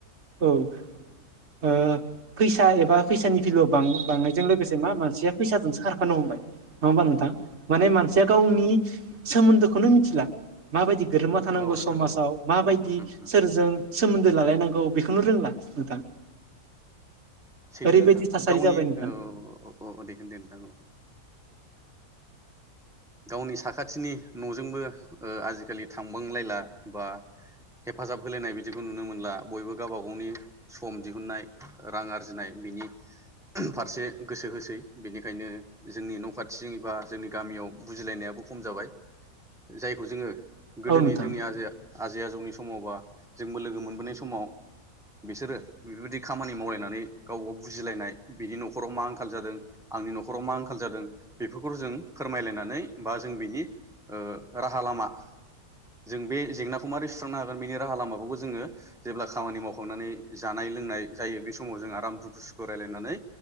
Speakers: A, on the right; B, in the centre.
A: औ ओ फैसा एबा फैसानि फिलोआ बां बांनायजों लोगोसे मा मानसिया फैसाजोंसो खारखानो हमबाय नङा होमबा नोंथां? माने मानसिया गावनि सोमोन्दोखौनो मिथिला माबायदि गोरोबना थानांगौ
B: औ नोंथां
A: समाजाव
B: औ
A: माबायदि
B: उम उम उम
A: सोरजों सोमोनदो लालायनांगौ बेखौनो रोंला नोंथां।
B: सैथो
A: ओरैबायदि
B: नोंथां
A: थासारि
B: गावनि
A: जाबाय नोंथां
B: अ दे होन दे नोंथां अ गावनि साखाथिनि न'जोंबो ओ आजिखालि थांबांलायला बा हेफाजाब होलायनाय बिदिखौ नुनो मोनला बयबो गावबा गावनि सम दिहुनन्नाय रां आरजिनाय बिनि फारसे गोसो होसै बेनिखायनो जोंनि न' खाथि बा जोंनि गामियाव बुजिलायनायाबो खम जाबाय जायखौ जोङो गोदोनि
A: औ नोंथां
B: जोंनि आजोआ आजै आजौनि समावबा जोंबो लोगो मोनबोनाय समाव बिसोरो बेबायदि खामानि मावलायनानै गाव गाव बुजिलायनाय बिनि न'खराव मा आंखाल जादों आंनि न'खराव मा आंखाल जादों बेफोरखौ जों फोरमायलायना नै बा जों बेनि ओ राहा लामा जों बे जेंनाखौ मारै सुस्रांनो हागोन बेनि राहा लामाबो जोङो जेब्ला खामानि मावखांनानै जानाय लोंनाय जायो बे समाव जों आराम दुखु सुखु रायलायनानै